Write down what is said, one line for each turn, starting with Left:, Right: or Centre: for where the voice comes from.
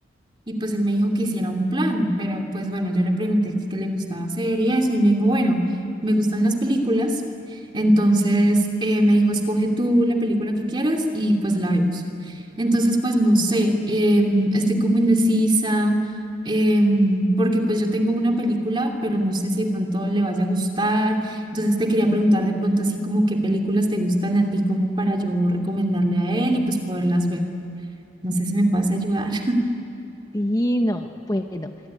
Right: Y pues él me dijo que hiciera un plan, pero pues bueno, yo le pregunté qué, qué le gustaba hacer y eso, y me dijo, bueno, me gustan las películas, entonces eh, me dijo, escoge tú la película que quieras y pues la vemos. Entonces, pues no sé, em, estoy como indecisa, em, porque pues yo tengo una película, pero no sé si de pronto le vaya a gustar, entonces te quería preguntar de pronto así como qué películas te gustan a ti, como para yo recomendarle a él y pues poderlas ver. No sé si me puedes ayudar.
Left: Sí, no, bueno,